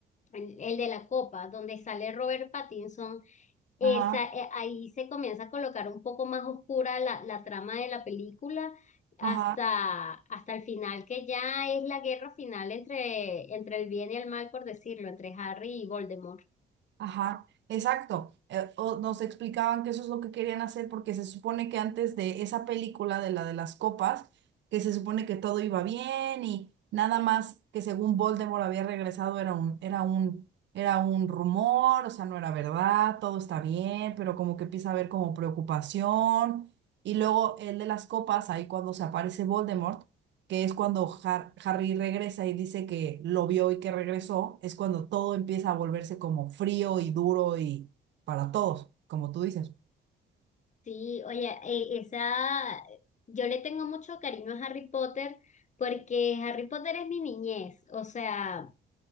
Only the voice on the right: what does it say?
ajá,
ajá.
Ajá, exacto. Eh, o nos explicaban que eso es lo que querían hacer porque se supone que antes de esa película de la de las copas, que se supone que todo iba bien y nada más que según Voldemort había regresado era un, era un, era un rumor, o sea, no era verdad, todo está bien, pero como que empieza a haber como preocupación. Y luego el de las copas, ahí cuando se aparece Voldemort que es cuando Har- Harry regresa y dice que lo vio y que regresó, es cuando todo empieza a volverse como frío y duro y para todos, como tú dices.